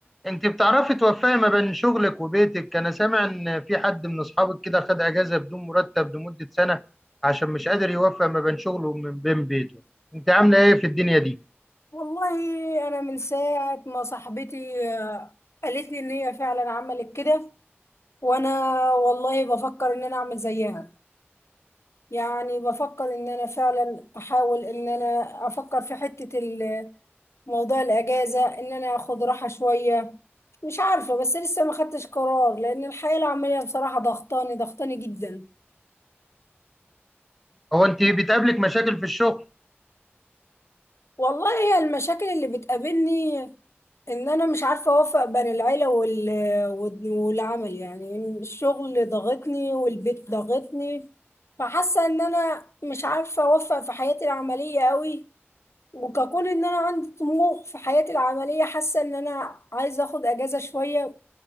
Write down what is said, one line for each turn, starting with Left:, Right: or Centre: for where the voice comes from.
Centre: انت بتعرفي توفقي ما بين شغلك وبيتك انا سامع ان في حد من اصحابك كده خد اجازة بدون مرتب لمدة سنة عشان مش قادر يوفق ما بين شغله وما بين بيته انت عاملة ايه في الدنيا دي
Left: والله انا من ساعه ما صاحبتي آه، قالت لي ان هي فعلا عملت كده وانا والله بفكر ان انا اعمل زيها يعني بفكر ان انا فعلا احاول ان انا افكر في حته ال- موضوع الاجازه ان انا اخد راحه شويه مش عارفه بس لسه ما خدتش قرار لان الحياه العمليه بصراحه ضغطاني ضغطاني جدا
Centre: هو انت بتقابلك مشاكل في الشغل
Left: والله هي المشاكل اللي بتقابلني ان انا مش عارفه اوفق بين العيله وال... وال- والعمل يعني إن الشغل ضغطني والبيت ضغطني فحاسه ان انا مش عارفه اوفق في حياتي العمليه قوي وككون ان انا عندي طموح في حياتي العمليه حاسه ان انا عايزه اخد اجازه شويه